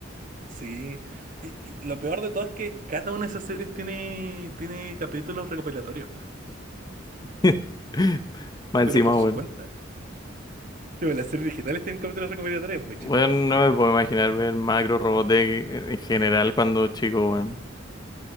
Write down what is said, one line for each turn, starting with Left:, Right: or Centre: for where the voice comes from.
Right: Sí, y, y lo peor de todo es que cada una de esas series tiene, tiene capítulos recopilatorios,
Left: <laughs> Más
Right: pero
Left: encima,
Right: por su
Left: weón.
Right: cuenta. Tipo, las series originales tienen capítulos recopilatorios, muy chistoso.
Left: Weón, no me puedo imaginar ver Macro Robotech en general cuando chico, weón.